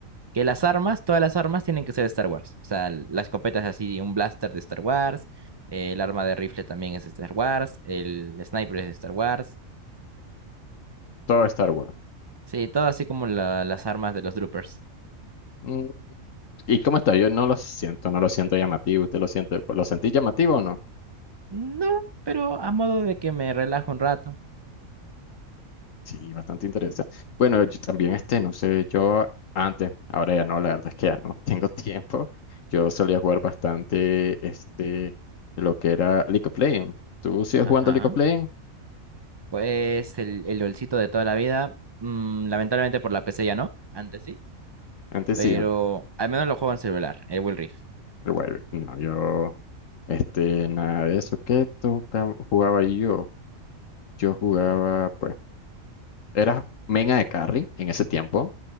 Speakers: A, on the right (about 45°); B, on the left (about 75°).
A: que las armas, todas las armas tienen que ser de Star Wars. O sea, l- la escopeta es así, un blaster de Star Wars, eh, el arma de rifle también es de Star Wars, el sniper es de Star Wars.
B: Todo Star Wars.
A: Sí, todo así como la- las armas de los droopers.
B: Mm, ¿Y cómo está? Yo no lo siento, no lo siento llamativo. ¿Usted lo siente? ¿Lo sentí llamativo o no?
A: No, pero a modo de que me relajo un rato.
B: Sí, bastante interesante. Bueno, yo también este, no sé, yo antes, ahora ya no, la verdad es que ya no <laughs> tengo tiempo. Yo solía jugar bastante este, lo que era League of Legends. ¿Tú sigues
A: Ajá.
B: jugando League of Legends?
A: Pues el, el LOLcito de toda la vida, mm, lamentablemente por la PC ya no, antes sí,
B: Antes
A: pero
B: sí, antes.
A: al menos lo juego en celular, el Will Rift.
B: el Wild no, yo este, nada de eso. ¿Qué toca- jugaba yo? Yo jugaba, pues, era Mena de Carry en ese tiempo.